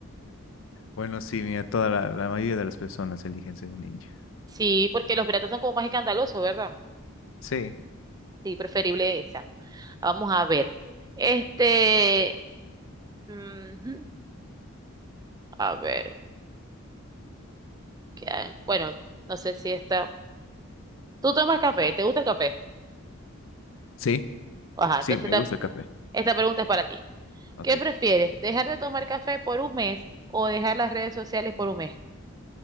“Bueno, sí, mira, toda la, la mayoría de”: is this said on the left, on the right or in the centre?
Left